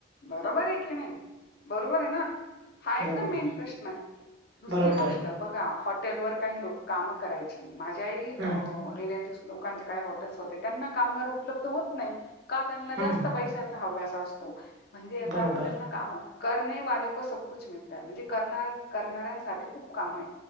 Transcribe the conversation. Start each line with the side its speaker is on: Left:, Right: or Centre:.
Left: बरोबर आहे की नाई बरोबर आय ना हा एकदम
Right: बरोबर
Left: मेन प्रश्न आय? दुसरी
Right: बरोबर
Left: गोष्ट बघा हॉटेलवर काही लोकं कामं करायची माझ्याही
Right: हम्म
Left: रिलेटिव्हज लोकांचे काय हॉटेल्स होते त्यांना कामगार उपलब्ध होत नाय. का त्यांना जास्त
Right: हम्म
Left: पैशा हव्यास असतो म्हणजे याचा
Right: बरोबर
Left: अर्थ त्यांना कामं करणेवाले को सबकुच मिलता है. म्हणजे करणार करणाऱ्यांसाठी खूप काम आय.